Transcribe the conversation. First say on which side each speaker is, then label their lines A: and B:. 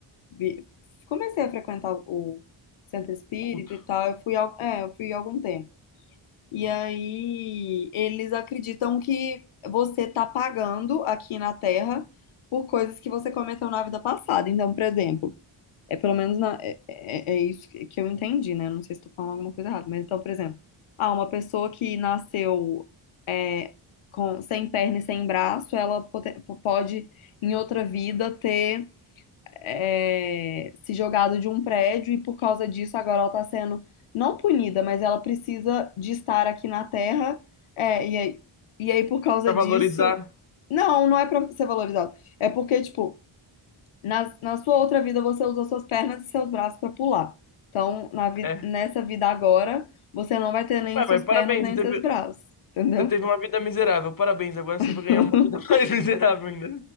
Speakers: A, on the left; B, on the left.
A: vi- comecei a frequentar o centro espírita
B: culto.
A: e tal, eu fui, al- é, eu fui há algum tempo. E aí eles acreditam que você tá pagando aqui na Terra por coisas que você cometeu na vida passada. Então, por exemplo, é pelo menos na- é, é- é isso que que eu entendi, né? Não sei se estou falando alguma coisa errada, mas então, por exemplo, ah, uma pessoa que nasceu é, com, sem perna e sem braço, ela pote- pode, em outra vida, ter é, se jogado de um prédio e por causa disso agora ela está sendo não punida, mas ela precisa de estar aqui na Terra, é, e aí, e aí por causa
B: Pra valorizar.
A: disso. Não, não é para ser valorizado. É porque, tipo. Na, na sua outra vida, você usa suas pernas e seus braços para pular. Então, na vi-
B: É.
A: nessa vida agora, você não vai ter nem
B: Ué,
A: as
B: mas
A: suas
B: parabéns,
A: pernas nem
B: você teve,
A: os seus braços. Entendeu?
B: você teve uma vida miserável. Parabéns, agora você
A: <laughs>
B: vai ganhar uma vida <laughs> mais miserável ainda.